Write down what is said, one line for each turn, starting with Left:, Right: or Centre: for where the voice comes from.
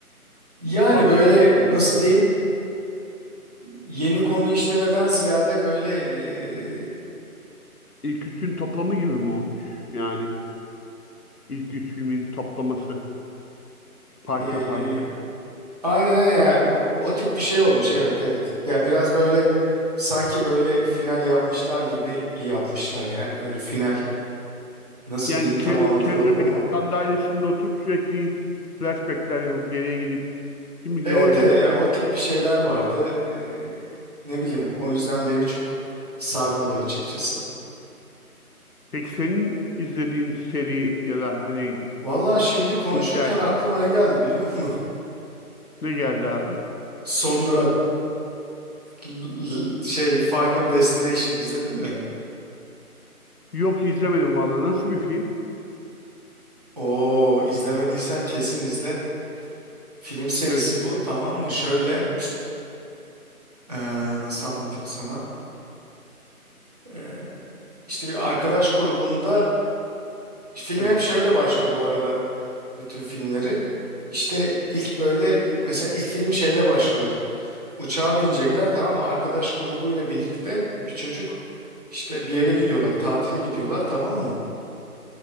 Right: Yani
Left: Fazla
Right: böyle
Left: şişirme.
Right: nasıl diyeyim yeni konu işlemeden ziyade böyle ee,
Left: İlk üçün toplamı gibi mi olmuş? Yani ilk üç filmin toplaması parça
Right: ee,
Left: parça.
Right: aynen aynen yani o, o tip bir şey olmuş evet evet. Yani biraz böyle sanki böyle final yapmışlar gibi yapmışlar yani böyle final nasıl
Left: Yani
Right: diyeyim
Left: Ken,
Right: tam anlatamadım
Left: Keanu Reeves
Right: ama.
Left: sandalyesinde oturup sürekli flashbackler yapıp geriye gidip şimdiki
Right: Evet
Left: zamana geliyor.
Right: evet ya o tip bir şeyler vardı. Ee, ne bileyim o yüzden beni çok sarmadı açıkçası.
Left: Peki senin izlediğin seri ya da hani
Right: Valla şimdi konuşurken
Left: güncel
Right: aklıma ne geldi biliyor musun?
Left: ne geldi abi?
Right: <laughs> Son Durak l- l- şey Final Destination izledin mi?
Left: Yok izlemedim valla. Nasıl bir film?
Right: Oo izlemediysen kesin izle. Film serisi
Left: Evet.
Right: bu tamam mı? Şöyle ee, nasıl anlatayım sana? Ee, işte bir arkadaş grubunda film
Left: Evet.
Right: hep şöyle başlıyor bu arada. bütün filmleri. İşte ilk böyle mesela ilk film şeyle başlıyordu. Uçağa binecekler tamam mı? Arkadaş grubuyla birlikte bir çocuk işte bir yere
Left: Hı hı.
Right: gidiyorlar, tatile gidiyorlar tamam mı?